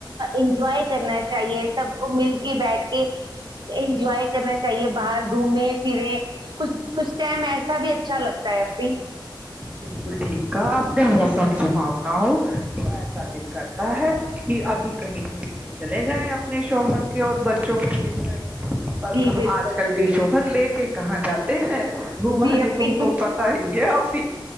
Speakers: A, on the right (about 60°); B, on the right (about 15°).
A: انجوائے کرنا چاہیے سب کو مل کے بیٹھ کے انجوائے کرنا چاہیے باہر گھومے پھرے کچھ کچھ ٹائم ایسا بھی اچھا لگتا ہے اب بھی
B: بالکل ٹھیک ہے اپنے موسم سحاو نہ ہو تو ایسا دل کرتا ہے کہ ابھی کہیں گھومنے چلے جائیں آپ اپنے شوہر کی اور بد جو کو لے کر پر
A: جی
B: کہاں
A: بالکل
B: آج کل
A: اپی
B: کے شوہر لے کے کہاں جاتے ہیں گگ
A: جی
B: نے
A: اپی
B: تم کو پت ہی ہے کافی